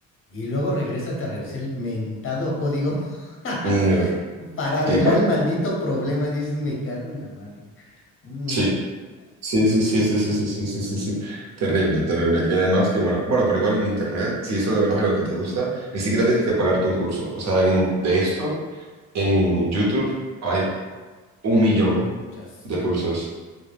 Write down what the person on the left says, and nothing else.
y luego regresas a revisar el mentado código. <laughs>
Para arreglar
el maldito problema, dices, me cago en la madre. Mm,
mm, muchas,
sí.